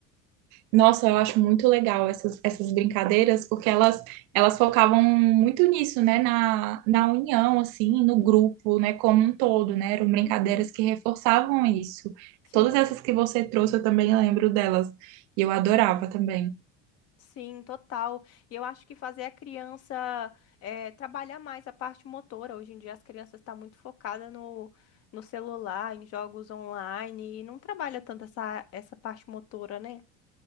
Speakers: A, on the right (about 65°); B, on the left (about 50°).
A: Nossa, eu acho muito legal essas, essas brincadeiras, porque elas, elas focavam muito nisso, né? Na, na união, assim, no grupo, né? Como um todo, né? Eram brincadeiras
B: Uhum,
A: que reforçavam isso.
B: Sim,
A: Todas essas que você trouxe, eu também lembro delas. E eu adorava também.
B: sim, total. E eu acho que fazer a criança eh, trabalhar mais a parte motora. Hoje em dia as crianças estão muito focadas no, no celular, em jogos online, e não trabalha tanto essa, essa parte motora, né?